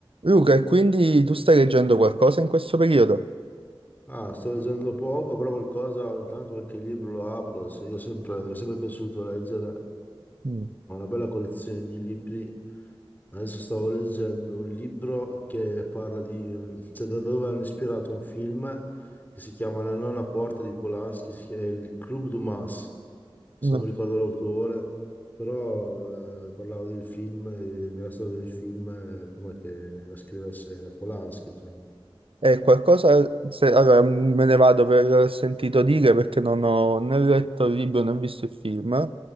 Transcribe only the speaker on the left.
Ah, sto leggendo poco, però qualcosa, ogni tanto qualche libro lo apro. se- Io sempre, mi è sempre piaciuto leggere,
ho una bella collezione di libri. Adesso stavo leggendo un libro che parla di, cioè da dove hanno ispirato un film che si chiama La nona porta di Polanski, si chi- è il Club Dumas, se
non mi ricordo l'autore, però eh, parlava del film, eh, della storia del film eh, prima che la scrivesse Polanski, insomma.